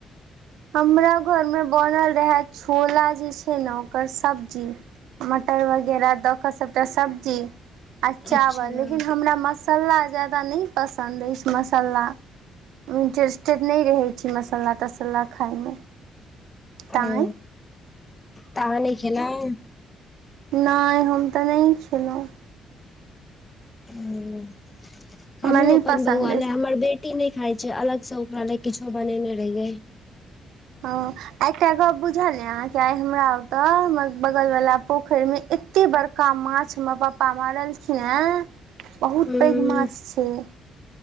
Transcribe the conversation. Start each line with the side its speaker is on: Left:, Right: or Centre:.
Right: हमरा घर में बनल रहय छोला जे छै ने ओकर सब्जी मटर वगैरह दऽ कऽ सबटा सब्जी आ चावल
Left: अच्छा
Right: लेकिन हमरा मसाला ज्यादा नइ पसन्द अछि मसाला इंटरेस्टेड नहि रहै छी मसाला तसाला खायमे तैँ
Left: ओ तऽ अहाँ नहि खेलौं
Right: नइ हम तऽ नहि छलहुँ
Left: हूंम्म हमहुँ
Right: हमरा नहि
Left: अपन
Right: पसन्द
Left: बौआले
Right: अछि
Left: हमर बेट कु नहि खाय छै अलग से ओकरा नहि किछो बनेनै रहिये
Right: हं आ क गप बुझल अहाँ के आ हमरा ओते हमर बगल वालला पोखरि में एते बड़का पका माछ हमर पापा मारलखिन हे बहुत
Left: हूँ
Right: पैघ माछ छय